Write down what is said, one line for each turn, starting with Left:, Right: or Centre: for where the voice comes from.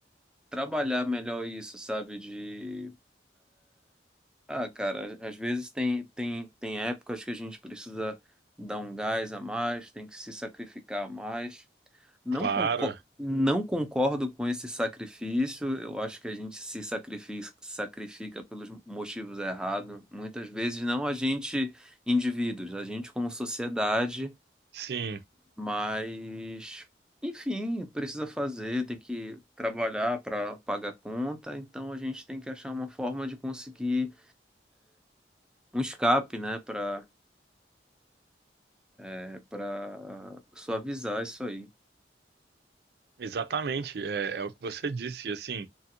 Centre: trabalhar melhor isso, sabe? De, ah, cara, às vezes tem, tem, tem épocas que a gente precisa dar um gás a mais, tem que se sacrificar a mais. Não
Right: Claro.
Centre: concordo, não concordo com esse sacrifício, eu acho que a gente se sacrifica, sacrifica pelos motivos errados. Muitas vezes, não a gente, indivíduos, a gente como sociedade.
Right: Sim,
Centre: Mas, enfim, precisa fazer, tem que trabalhar para pagar a conta, então a gente tem que achar uma forma de conseguir um escape, né, para é, para suavizar isso aí.
Right: exatamente. É, é o que você disse. Assim.